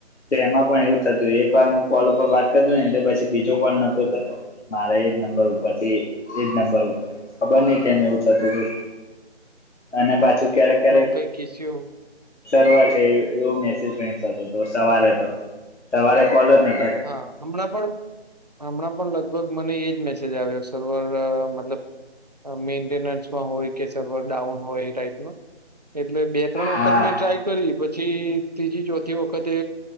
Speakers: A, on the left; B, on the right.
A: તો એમાં પણ એવું થતું. એક વાર હું કોલ ઉપર વાત કર તોનેએટલે પછી બીજો કોલ નહોતો થતો. મારે એ જ નંબર ઉપરથી એજ નંબર ઉપર ખબર નહી કેમ? એવું થતું તું અને પાછું ક્યારેક ક્યારેક
B: કોઈ કીસ્યું.
A: સર્વર છે એવો મેસેજ ન‌ઈ થતો સવારે તો, સવારે કોલ જ નથી.
B: હા, હમણાં પણ હમણાં પણ લગભગએજ મેસેજ આવ્યો. સર્વર મતલબ મેન્ટેનન્સમાં હોય કે સર્વર ડાઉન હોય એ ટાઈપનું એટલે બે ત્રણ
A: હા
B: વખત મેં ટ્રાય કરી. પછી ત્રીજી ચોથી વખતે